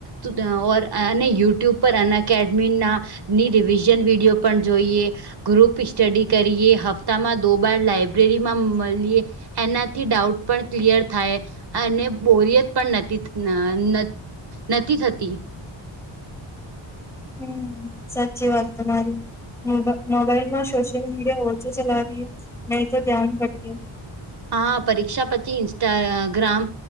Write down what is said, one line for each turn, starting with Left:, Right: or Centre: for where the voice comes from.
Right: <unintelligible> અને યુટ્યુબ પર આન અકેડમીના ની રિવિઝન વિડીયો પણ જોઈએ. ગ્રુપ સ્ટડી કરીએ હપ્તામાં દો બાર લાઈબ્રેરીમાં મળીએ. એનાથી ડાઉટ પણ ક્લિયર થાય. અને બોરિયત પણ નથી નથી થતી.
Centre: હમ્મ સાચી વાત તમારી. મોબ મોબાઈલમાં સોશિયલ મીડિયા ઓછું ચલાવીએ નહી તો ધ્યાન ભટકે.
Right: હા પરીક્ષા પછી ઇન્સ્ટાગ્રામ